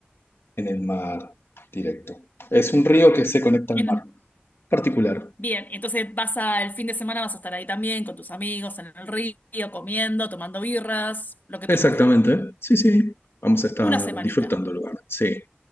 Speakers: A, on the left (about 75°); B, on the left (about 50°).
A: en el mar directo. Es un río que se conecta al
B: En-
A: mar particular.
B: Bien, entonces vas a, el fin de semana vas a estar ahí también con tus amigos en el río, comiendo, tomando birras, lo que
A: Exactamente,
B: pinte.
A: sí, sí. Vamos a estar
B: Una semanita.
A: disfrutando el lugar, sí.